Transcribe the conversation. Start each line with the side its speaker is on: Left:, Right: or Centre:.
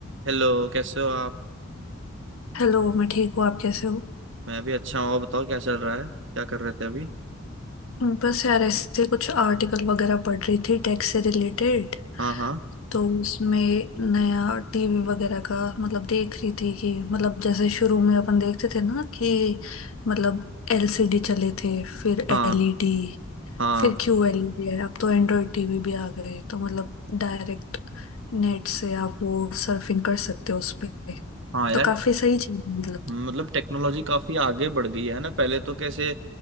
Right: Hello कैसे हो आप
Left: हेलो मैं ठीक हूँ आप कैसे हो
Right: मैं भी अच्छा हूँ और बताओ क्या चल रहा है क्या कर रहे थे अभी
Left: हम्म, बस यार ऐसे कुछ आर्टिकल वगैरह पढ़ रही थी टैक्स से रिलेटेड
Right: हाँ हाँ
Left: तो उसमें नया टीवी वगैरह का मतलब देख रही थी कि मतलब जैसे शुरू में अपन देखते थे ना कि मतलब एलसीडी चले थे फिर
Right: हाँ
Left: एलईडी
Right: हाँ
Left: फिर क्यू एलईडी है अब तो एंड्रॉयड टीवी भी आ गए तो मतलब डायरेक्ट नेट से आप वो सर्फिंग कर सकते हो उस पे
Right: हाँ यार
Left: तो काफी सही चीज है, मतलब
Right: मतलब टेक्नोलॉजी काफी आगे बढ़ गई है ना पहले तो कैसे